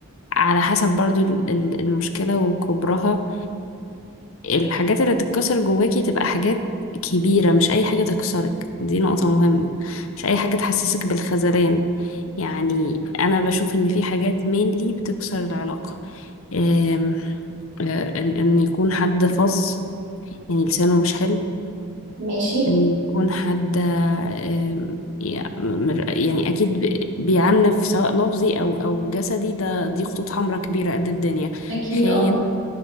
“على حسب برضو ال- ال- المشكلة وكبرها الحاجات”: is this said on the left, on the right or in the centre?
Left